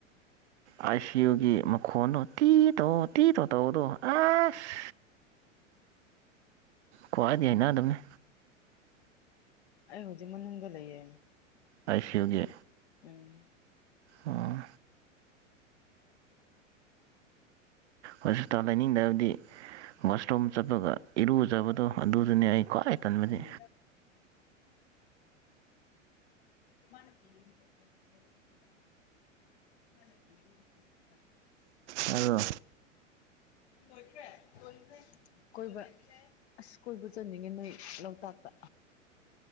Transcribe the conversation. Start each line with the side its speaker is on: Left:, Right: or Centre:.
Right: ꯑꯥꯏ ꯁꯤ ꯌꯨꯒꯤ ꯃꯈꯣꯟꯗꯣ ꯇꯤ ꯇꯣ ꯇꯤ ꯇꯣ ꯇꯧꯕꯗꯣ ꯑꯁ ꯈ꯭ꯋꯥꯏꯗꯩ ꯍꯩꯅꯗꯕꯅꯤ
Left: ꯑꯩ ꯍꯧꯖꯤꯛ ꯃꯅꯨꯡꯗ ꯂꯩꯌꯦ
Right: ꯑꯥꯏ ꯁꯤ ꯌꯨꯒꯤ
Left: ꯎꯝ
Right: ꯑꯣ ꯍꯣꯁꯄꯤꯇꯥꯜ ꯂꯩꯅꯤꯡꯗꯕꯗꯤ ꯋꯥꯁꯔꯨꯝ ꯆꯠꯄꯒ ꯏꯔꯨꯖꯕꯗꯣ ꯑꯗꯨꯗꯨꯅꯦ ꯑꯩ ꯈ꯭ꯋꯥꯏ ꯇꯟꯕꯗꯤ
Left: ꯎꯝ ꯃꯥꯅ ꯄꯤ <unintelligible> <unintelligible>
Right: ꯇꯥꯕ꯭ꯔꯣ
Left: ꯂꯣꯏꯈ꯭ꯔꯦ ꯂꯣꯏꯈ꯭ꯔꯦ ꯀꯣꯏꯕ ꯑꯁ ꯀꯣꯏꯕ ꯆꯟꯅꯤꯡꯉꯦ ꯅꯣꯏ ꯂꯣꯛꯇꯥꯛꯇ